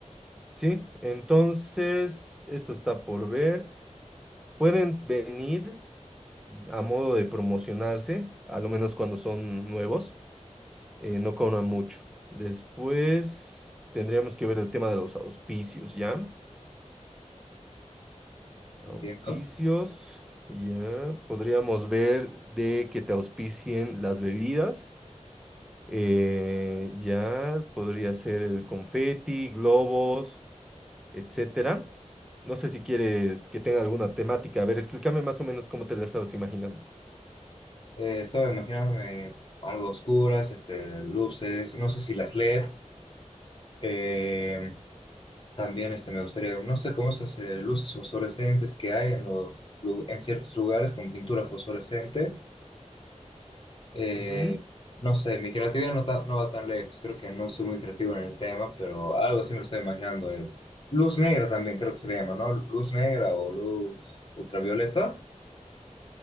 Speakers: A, in the centre; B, on the left.
A: Sí, entonces esto está por ver. Pueden venir. a modo de promocionarse, a lo menos cuando son nuevos, eh, no cobran mucho. Después tendríamos que ver el tema de los auspicios, ¿ya? Auspicios,
B: Entiendo.
A: ya. Podríamos ver de que te auspicien las bebidas. eh, ya podría ser el confeti, globos, etcétera. No sé si quieres que tenga alguna temática. A ver, explícame más o menos cómo te la estabas imaginando.
B: Eh, estaba imaginándome algo oscuras, este, luces, no sé si las LED. eh, también este, me gustaría, no sé cómo esas eh, luces fosforescentes que hay en, los, lu- en ciertos lugares con pintura fosforescente. eh,
A: Ujú,
B: no sé, mi creatividad no, ta- no va tan lejos, creo que no soy muy creativo en el tema, pero algo así me lo estoy imaginando. eh. Luz negra también creo que se le llama, ¿no? Luz negra o luz ultravioleta.